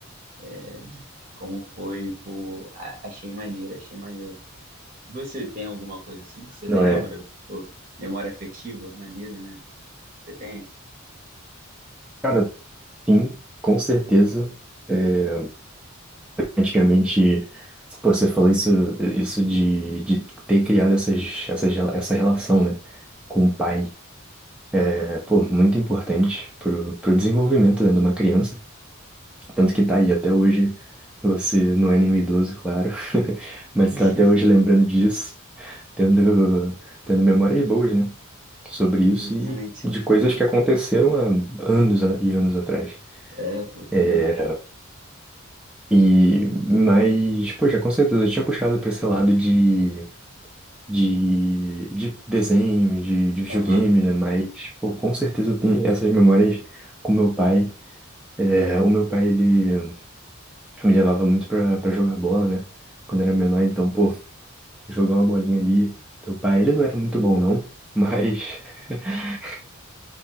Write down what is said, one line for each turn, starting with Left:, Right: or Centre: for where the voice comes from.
Right: é, de, de como foi, pô, a- achei maneiro, achei maneiro. Você tem alguma coisa assim que você
Centre: não
Right: lembra?
Centre: é?
Right: Pô, memória afetiva, maneiro, né? Você tem?
Centre: Cara, sim, com certeza. É, antigamente, pô, você falou isso, isso de, de ter criado essas, essas, rela- essa relação, né? Com o pai. É, pô, muito importante pro, pro desenvolvimento, né, de uma criança. Tanto que tá aí até hoje. Você não é nenhum idoso, claro, <laughs> mas
Right: <laughs>
Centre: tá até hoje lembrando disso, tendo, tendo memórias boas, né? Sobre isso
Right: Exatamente.
Centre: e de coisas que aconteceram há anos a- e anos atrás.
Right: É, pô, tem
Centre: É,
Right: anos.
Centre: e, mas, poxa, com certeza, eu tinha puxado para esse lado de, de, de desenho, de, de videogame,
Right: Aham.
Centre: né? Mas, pô, com certeza tem essas memórias com meu pai. É, o meu pai, ele Eu me levava muito pra, pra jogar bola, né? Quando era menor, então, pô, jogar uma bolinha ali. Teu pai, ele não era muito bom, não, mas, <laughs>